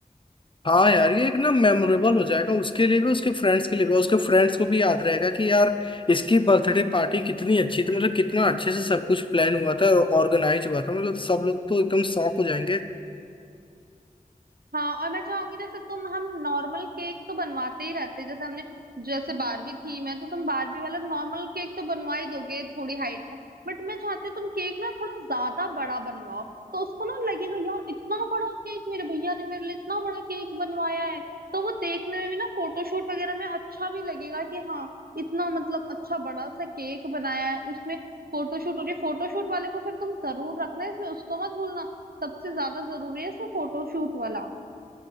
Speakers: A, on the left (about 35°); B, on the right (about 75°).
A: हाँ यार ये एक ना मेमोरेबल हो जाएगा उसके लिए भी उसके फ्रेंड्स के लिए भी उसके फ्रेंड्स को भी याद रहेगा कि यार इसकी बर्थडे पार्टी कितनी अच्छी थी मतलब कितना अच्छे से सब कुछ प्लान हुआ था और ऑर्गेनाइज हुआ था मतलब सब लोग तो एकदम शॉक हो जाएंगे
B: हाँ और मैं चाहूंगी जैसे तुम हम नॉर्मल केक तो बनवाते ही रहते हैं जैसे हमने जैसे बारबी थी मैं तो तुम बारबी वाला नॉर्मल केक तो बनवा ही दोगे थोड़ी हाइट का बट मैं चाहती हूँ तुम केक ना थोड़ा ज्यादा बड़ा बनवाओ तो उसको ना लगेगा यार इतना बड़ा केक मेरे भैया ने मेरे लिए इतना बड़ा केक बनवाया है तो वो देखने में भी ना फोटोशूट वगैरह में अच्छा भी लगेगा कि हाँ इतना मतलब अच्छा बड़ा सा केक बनाया है उसमें फोटोशूट हो रही है फोटोशूट वाले को फिर तुम जरूर रखना इसमें उसको मत भूलना सबसे ज्यादा जरूरी है इसमें फोटोशूट वाला